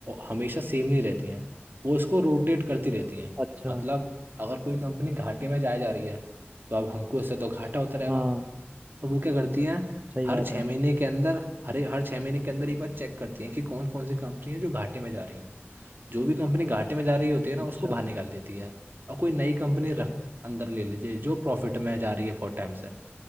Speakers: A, on the right; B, on the right.
A: हमेशा सेम नहीं रहती हैं वो इसको रोटेट करती रहती हैं
B: अच्छा
A: मतलब अगर कोई कंपनी घाटे में जाए जा रही है तो अब हमको इससे तो घाटा होता रहेगा
B: हाँ
A: तो वो क्या करती हैं
B: सही
A: हर
B: बात
A: छः
B: है
A: महीने के अंदर हर हर छः महीने के अंदर एक बार चेक करती हैं कि कौन कौन सी कंपनी है जो घाटे में जा रही हैं जो भी कंपनी घाटे में जा रही होती है ना
B: अच्छा
A: उसको बाहर निकाल देती है और कोई नई कंपनी रख अंदर ले लीजिए जो प्रॉफिट में जा रही है फोर टाइम